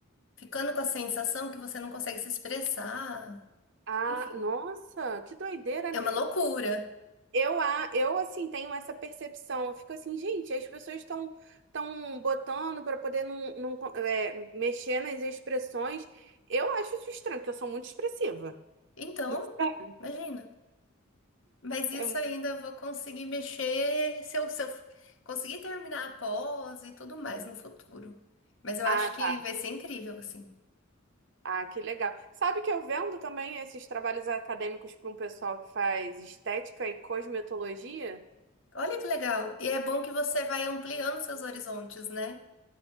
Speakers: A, on the left; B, on the right.
A: ficando com a sensação que você não consegue se expressar.
B: Ah,
A: Enfim,
B: nossa, que doideira.
A: é
B: né?
A: uma loucura.
B: Eu, a- eu assim, tenho essa percepção. Eu fico assim, gente, as pessoas estão tão tão botando para poder não, não, é, mexer nas expressões. Eu acho isso estranho, porque eu sou muito expressiva.
A: Então,
B: <laughs>
A: imagina. Mas isso
B: É mu-
A: ainda eu vou conseguir mexer se eu, se eu conseguir terminar a pós e tudo mais no futuro. Mas eu
B: Ah,
A: acho que
B: tá.
A: vai ser incrível, assim.
B: Ah, que legal. Sabe que eu vendo também esses trabalhos acadêmicos para um pessoal que faz estética e cosmetologia?
A: Olha que legal. E é bom que você vai ampliando seus horizontes, né?